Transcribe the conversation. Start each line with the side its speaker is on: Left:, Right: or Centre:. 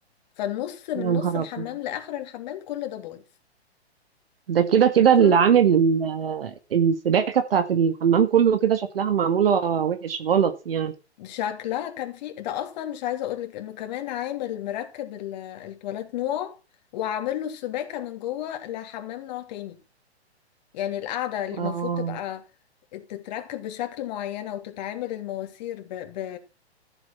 Left: فالنص من
Right: يا نهار
Left: نص الحمام
Right: ابيض
Left: لاخر الحمام كل ده بايظ
Right: ده كده كده
Left: كل
Right: اللي عامل ال- السباكه بتاعت الحمام كله كده شكلها معموله وحش غلط يعني
Left: شكلها كان في ده اصلا مش عايزه اقولك انه كمان عامل مركب ال- التواليت نوع وعامل له السباكه من جوه لحمام نوع تاني يعني القاعدة المفروض
Right: اه
Left: تبقى تتركب بشكل معينة وتتعامل المواسير ب... ب...